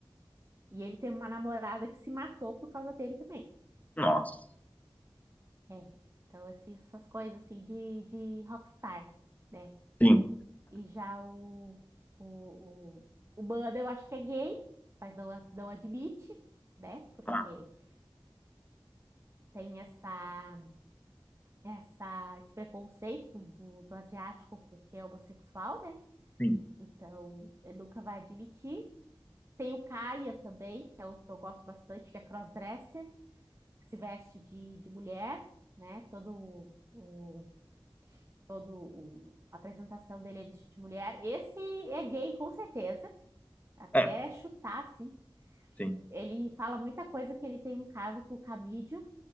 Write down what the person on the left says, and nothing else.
Nossa.
Sim.
Ah,
sim.
É,
sim.